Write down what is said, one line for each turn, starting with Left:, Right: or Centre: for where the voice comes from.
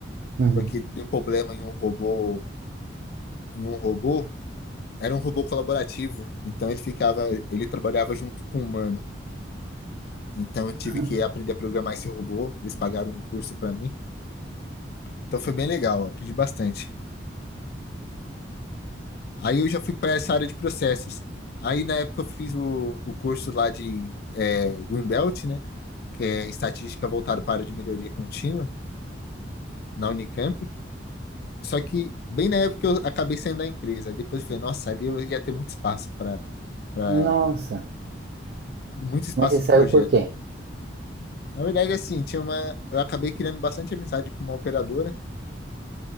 Right: Uhum,
Left: porque deu problema em um robô, em um robô, era um robô colaborativo, então ele ficava, ele trabalhava junto com o humano. Então eu tive
Right: aham,
Left: que aprender a programar esse robô, eles pagaram um curso para mim. Então foi bem legal, aprendi bastante. Aí eu já fui para essa área de processos. Aí na época eu fiz o, o curso lá de é, Greenbelt, né? Que é estatística voltada para a área de melhoria contínua na Unicamp. Só que bem na época eu acabei saindo da empresa. Aí depois eu falei, nossa, ali eu ia ter muito espaço para para
Right: Nossa,
Left: muito espaço
Right: mas você saiu
Left: de projeto.
Right: por quê?
Left: Na verdade, assim, tinha uma. Eu acabei criando bastante amizade com uma operadora